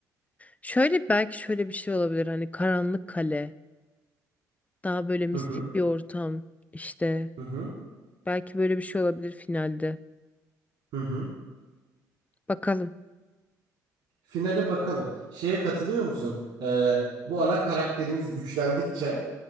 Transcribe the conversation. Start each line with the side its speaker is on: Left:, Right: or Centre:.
Left: Şöyle belki şöyle bir şey olabilir hani karanlık kale, daha böyle mistik
Right: Hı hı.
Left: bir ortam işte.
Right: Hı hı.
Left: Belki böyle bir şey olabilir finalde.
Right: Hı hı.
Left: Bakalım.
Right: Finale bakalım. Şeye katılıyor musun? Eee, bu ana karakterimiz güçlendikçe